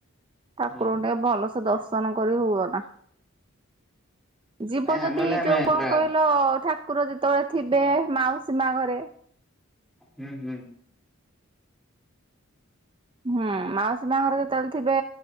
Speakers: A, on the right; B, in the centre.
A: ଠାକୁରଙ୍କୁ
B: ହୁଁ
A: ଟିକେ ଭଲସେ ଦର୍ଶନ କରି ହୁଅନା। ଯିବ
B: ନାଇଁ ଆମେ
A: ଯଦି
B: ଗଲେ
A: ଏଇ
B: ଆମେ
A: ଯୋଉ କଣ
B: ପୁରା
A: କହିଲ ଠାକୁର ଯେତେବେଳେ ଥିବେ ମାଉସୀ ମା ଘରେ।
B: ହୁଁ ହୁଁ।
A: ହୁଁ ମାଉସୀ ମା ଘରେ ଯେତେବେଳେ ଥିବେ